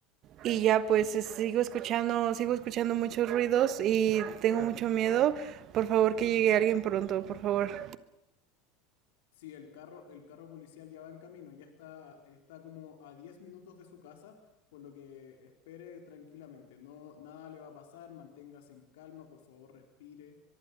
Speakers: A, on the right; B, on the left.
A: y ya pues es- sigo escuchando, sigo escuchando muchos ruidos y tengo mucho miedo, por favor que llegue alguien pronto, por favor.
B: Sí, el carro, el carro policial ya va en camino, ya está, está como a 10 minutos de su casa, por lo que espere tranquilamente. No, nada le va a pasar, manténgase en calma, por favor, respire.